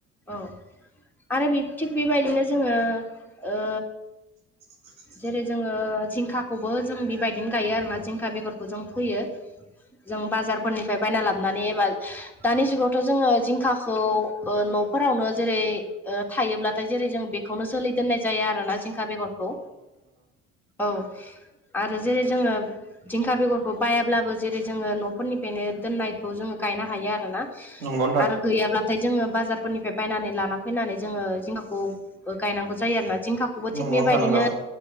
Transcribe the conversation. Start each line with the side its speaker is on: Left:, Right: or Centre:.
Centre: औ आरो बि थिग बेबायदिनो जोङो ओ
Right: <inaudible>
Centre: जेरै जोङो जिंखाखौबो जों बेबायदिनो गायो आरोना जिंखा बेगरखौ जों फोयो। जों बाजारफोरनिफ्राय बायना लाबानै एबा दानि जुगावथ' जोङो जिंखाखौ ओ न'फोरावनो जेरै ओ थायोब्लाथाय जेरै जों बेखौनो जोलै दोननाय जायो आरोना जिंखा बेगरखौ। औ आरो जेरै जोङो जिंखा बेगरखौ बायाब्लाबो जेरै जोङो न'फोरनिफ्रायनो दोननायखौ जोङो गायनो हायो आरोना।
Right: नंगौ
Centre: आरो गैयाब्ला थाय जोङो बाजारफोरनिफ्राय बायनानै लाना फैनानै जोङो जिंखाखौ गायनांगौ जायो आरोना जिंखाखौ अबे थिग
Right: नोंथां
Centre: बेबायदिनो
Right: नंगौ